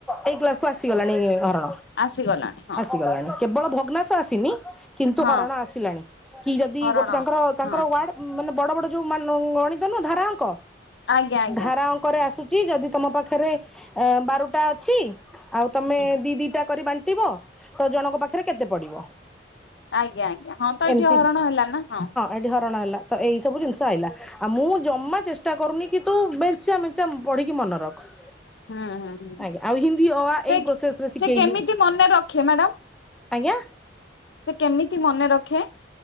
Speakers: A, in the centre; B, on the left.
A: ଏଇ କ୍ଲାସ କୁ ଆସିଗଲାଣି ହରଣ।
B: ଆସିଗଲାଣି ହଁ
A: ଆସିଗଲାଣି କେବଳ ଭଗ୍ନାସ ଆସିନି କିନ୍ତୁ
B: ହଁ
A: ହରଣ ଆସିଲାଣି କି ଯଦି
B: ହରଣ
A: ଗୋଟେ ତାଙ୍କର ତାଙ୍କର
B: ହଁ
A: ୱାର୍ଡ ମାନେ ବଡ଼ ବଡ଼ ଯେଉଁ ମାନ ଗଣିତ ନୁହଁ ଧାରାଙ୍କ
B: ଆଜ୍ଞା ଆଜ୍ଞା।
A: ଧାରାଅଙ୍କରେ ଆସୁଛି ଯି ଯଦି ତମ ପାଖରେ ଏ ବାରଟା ଅଛି ଆଉ ତମେ
B: ହୁଁ
A: ଦି ଦିଟା କରି ବାଣ୍ଟିବ ତ ଜଣଙ୍କ ପାଖରେ କେତେ ପଡିବ।
B: ଆଜ୍ଞା ଆଜ୍ଞା ହଁ ତ ଏଇଠି
A: ଏମିତି
B: ହରଣ ହେଲା ନା ହଁ।
A: ଏଠି ହରଣ ହେଲା ତ ଏଇ ସବୁ ଜିନିଷ ଆଇିଲା। ଆଉ ମୁଁ ଜମା ଚେଷ୍ଟା କରୁନି କିନ୍ତୁ ବେଞ୍ଚା ମେଞ୍ଚା ପଢିକି ମନେ ରଖ।
B: ହୁଁ ହୁଁ ହଁ
A: ଆଜ୍ଞା ଆଉ ହିନ୍ଦୀ ଅ ଆ
B: ସେ
A: ଏଇ ପ୍ରୋସେସ ରେ ଶିଖେଇଲି
B: ସେ କେମିତି ମନେ ରଖେ ମ୍ୟାଡ଼ାମ।
A: ଆଜ୍ଞା।
B: ସେ କେମିତି ମନେ ରଖେ।